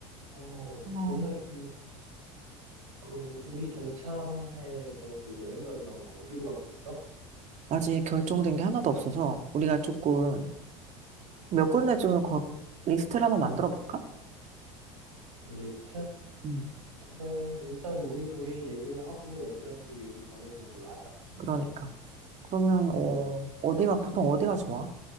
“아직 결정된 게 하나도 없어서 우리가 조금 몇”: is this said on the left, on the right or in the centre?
Right